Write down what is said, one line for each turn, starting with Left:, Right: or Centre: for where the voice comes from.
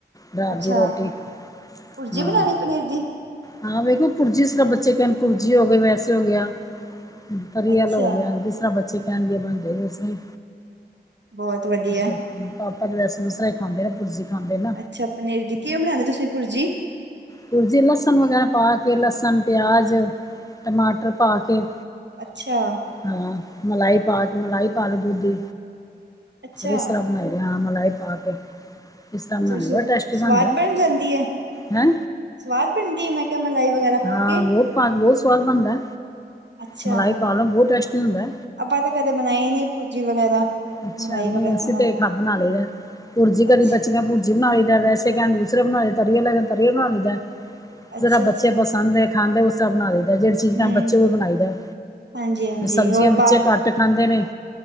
Left: ਦਰਤ
Right: ਅੱਛਾ
Left: ਦੀ ਰੋਟੀ <unintelligible>
Right: ਭੁਰਜੀ
Left: ਹਾਂ
Right: ਬਨਾਣੀ ਪਨੀਰ ਦੀ?
Left: ਹਾਂ ਵੇਖੋ ਪੁਰਜੀ ਸ ਬੱਚੇ ਕਹਿਨ ਪੁਰਜੀ ਹੋ ਗਏ ਵੈਸੇ ਹੋ ਗਿਆ‌। ਪਰਅਲ
Right: ਅੱਛਾ
Left: ਹੋ ਗਿਆ ਜਿਸ ਤਰਾ ਬੱਚੇ ਕਹਿਨਗੇ ਦੀਏ ਬਣਦੇ ਉਸੇ
Right: ਬਹੁਤ ਵਧੀਆ
Left: ਿਲ ਪਾਪਾ ਰੈਸ ਵਸਰਾਈ ਖਾਂਦੇ ਨੇ ਪੁਰਜੀ ਖਾਂਦੇ ਨੇ <unintelligible>
Right: ਅੱਛਾ ਪਨੀਰ ਦੀ ਕਿਂਵੇਂ ਬਣਾਂਦੇ ਤੁਸੀਂ ਭੁਰਜੀ?
Left: ਪੁਰਜੀੇ ਲਸਨ ਵਗੈਰਾ ਪਾ ਕੇ ਲਸਨ, ਪਿਆਜ, ਟਮਾਟਰ ਪਾ ਕੇ
Right: ਅੱਛਾ
Left: ਹਾਂ, ਮਲਾਈ ਪਾ ਕੇ ਮਲਾਈ ਪਾ ਲੋ ਦੂਧ ਦੀ,
Right: ਅੱਛਾ
Left: ਇਸ ਤਰ੍ਹਾਂ ਬਨਾਏ ਤੇ ਹਾਂ ਮਲਾਈ ਪਾ ਕੇ, ਇਸ ਤਰ੍ਹਾਂ ਬਣਾਣੀ
Right: ਚਲ ਸ
Left: ਬੋਤ ਟੇਸਟੀ
Right: ਸਵਾਦ
Left: ਬਣਦੈ।
Right: ਬਣ ਜਾਂਦੀ ਹੈ
Left: ਹੈਂ
Right: ਸਵਾਦ ਬਨਦੀ ਏ, ਮੈਂ ਕਿਹਾ ਮਲਾਈ ਵਗੈਰਾ ਪਾ
Left: ਹਾਂ
Right: ਕੇ
Left: ਬਹੁਤ ਪਾ ਕੇ ਬਹੁਤ ਸਵਾਦ ਬਨਦੈ,
Right: ਅੱਛਾ
Left: ਮਲਾਈ ਪਾ ਲਓ ਬਹੁਤ ਟੇਸਟੀ ਹੁੰਦੈ
Right: ਆਪਾਂ ਤਾਂ ਕਦੇ ਬਨਾਈ ਨਈਂ ਭੂਰਜੀ ਵਗੈਰਾ
Left: ਅੱਛਾ
Right: ਮਲਾਈ
Left: ਨਹੀਂ
Right: ਵਗੈਰਾ
Left: ਅਸੀਂ
Right: ਨਾਲ
Left: ਤੇ
Right: ਪਾ
Left: ਖੱ
Right: ਕੇ
Left: ਬਨਾ ਲਈ ਦਾ ਭੁਰਜੀ ਕਦੀ
Right: ਅੱਛਾ
Left: ਬੱਚੀਆਂ ਪ ਬਣਾ ਲਈ ਦਾ ਵੈਸੇ ਕਹਿਣ ਦੂਸਰੇ ਬਣਾ ਤਰੀ ਆਲੲ ਕੈਹਨ ਤਰੀ ਬਣਾ ਲਈ ਦਾ
Right: ਅੱਛਾ
Left: ਜੇਰਾ
Right: ਅੱਛਾ
Left: ਬੱਚੇ ਪਸੰਦ ਹੈ <unintelligible> ਖਾਂਦੇ ਉਸਰਾਂ ਬਨਾ ਲਈਦੈ ਜਿਹੜੀ ਚੀਜ਼
Right: ਹਮ
Left: ਮੈਂ ਬੱਚੇ ਬਨਾਈਦੈ,
Right: ਹਾਂਜੀ ਹਾਂਜੀ
Left: ਸਬਜ਼ੀਆਂ
Right: ਹੋਰ
Left: ਬੱਚੇ
Right: ਬਾਹਰ
Left: ਘੱਟ ਟ ਖਾਂਦੇ ਨੇ